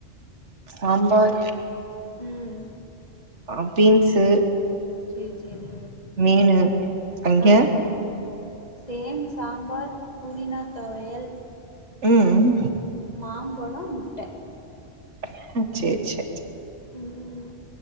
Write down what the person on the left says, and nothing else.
ம்
சேரி சேரி
ஆ ஆ சேம் சாம்பார் புதினா தொவையல்
மாம்பழம் முட்ட
ம்